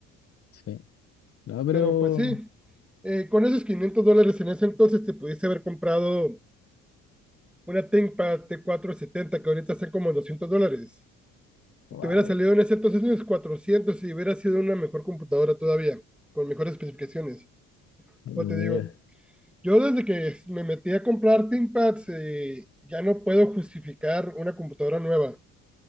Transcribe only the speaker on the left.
Sí. No, pero...
Wow.
Mira,